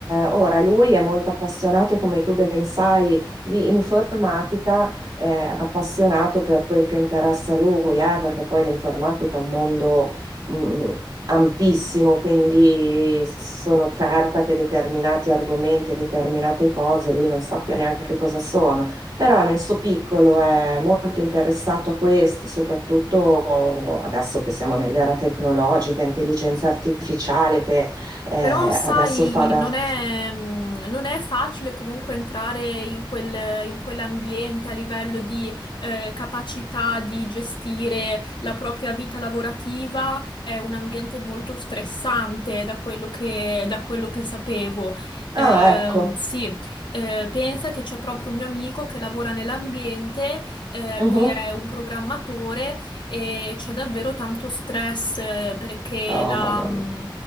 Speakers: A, on the right; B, on the left.
A: ora lui è molto appassionato, come tu ben sai, di informatica eh, appassionato per quel che interessa a lui, eh, perché poi l'informatica è un mondo mh, ampissimo, quindi sono certa che determinati argomenti e determinate cose lui non sappia neanche cosa sono, però nel suo piccolo è molto interessato a questo, soprattutto adesso che siamo nell'era tecnologica, intelligenza artificiale che eh,
B: Però, sai,
A: adesso fa da...
B: non è, mm, non è facile comunque entrare in quel- in quell'ambiente a livello di eh, capacità di gestire la propria vita lavorativa. È un ambiente molto stressante da quello che, da quello che sapevo. Ehm,
A: Ah, ecco.
B: sì, eh, pensa che c'è proprio un mio amico che lavora nell'ambiente, eh,
A: Mhm.
B: lui è un programmatore e c'è davvero tanto stress eh, perché
A: Oh,
B: la...
A: mamma
B: mm,
A: mia.